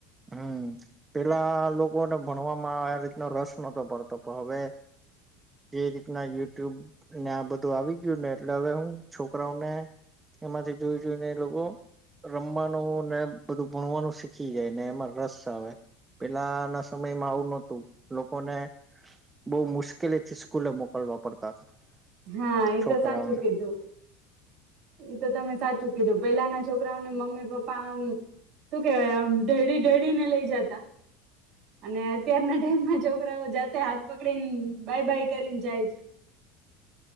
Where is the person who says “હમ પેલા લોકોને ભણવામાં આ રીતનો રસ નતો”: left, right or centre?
Right